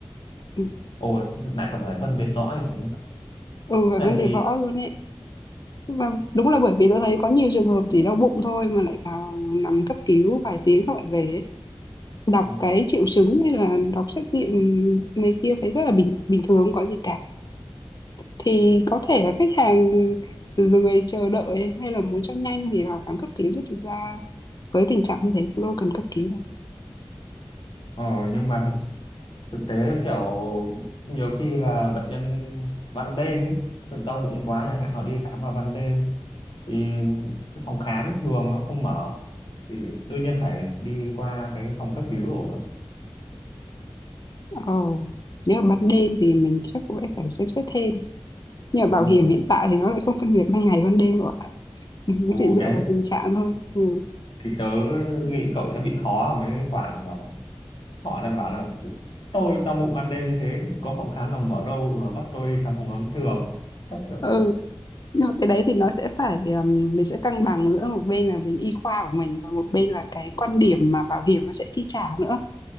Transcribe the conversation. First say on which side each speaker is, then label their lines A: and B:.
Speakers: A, on the left; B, on the left.
A: ừ
B: Ồ, lại còn phải phân biệt rõ như thế.
A: ừ, phải
B: tại
A: vấn đề
B: vì
A: võ luôn ấy và đúng là bởi vì tôi thấy có nhiều trường hợp chỉ đau bụng thôi mà lại vào nằm cấp cứu vài tiếng xong lại về ấy đọc
B: ờ,
A: cái triệu chứng hay là đọc xét nghiệm này kia thấy rất là bình bình thường không có gì cả thì có thể là khách hàng lười chờ đợi hay là muốn cho nhanh thì vào khám cấp cứu chứ thực ra với tình trạng như thế cũng đâu cần cấp cứu đâu
B: ờ, nhưng mà thực thực tế kiểu nhiều khi là bệnh nhân ban đêm ấy tự đau bụng quá chẳng hạn họ đi khám vào ban đêm thì cái phòng khám thường nó không mở thì đương nhiên phải đi qua cái phòng cấp cứu rồi
A: ờ nếu mà ban đêm thì mình chắc cũng sẽ phải xem xét thêm nhưng mà
B: đúng
A: bảo
B: rồi
A: hiểm
B: đúng
A: hiện
B: không?
A: tại thì nó lại không phân biệt ban ngày ban đêm rồi ạ <laughs> mình
B: ừ
A: chỉ dựa
B: đấy
A: vào tình trạng thôi ừ
B: thì tớ nghĩ cậu sẽ bị khó ở mấy khoản kiểu họ đang bảo là tôi đau bụng ban đêm như thế có phòng khám nào mở đâu mà bắt tôi đi khám phòng khám thường chắc kiểu
A: ừ
B: thế
A: nhưng mà cái đấy thì nó sẽ phải um, mình sẽ cân bằng giữa một bên là bên y khoa của mình và một bên là cái quan điểm mà bảo hiểm nó sẽ chi trả nữa